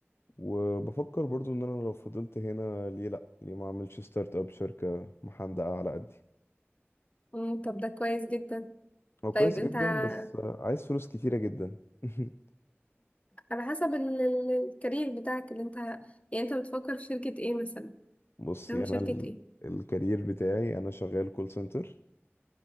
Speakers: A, on the left; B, on the left.
A: وبفكر برضو إن أنا لو فضلت هنا ليه لأ ليه ما أعملش ستارت أب شركة محندقة على قدي
B: مم، طب ده كويس جدا
A: هو كويس
B: طيب انت
A: جدا
B: <laughs>
A: بس عايز فلوس كتيرة جدا <laughs>
B: على حسب ال- ال- الكارير بتاعك اللي انت يعني انت بتفكر في شركة ايه مثلا
A: بصي
B: تعمل
A: أنا
B: شركة
A: ال...
B: ايه
A: الكارير بتاعي أنا شغال كول سنتر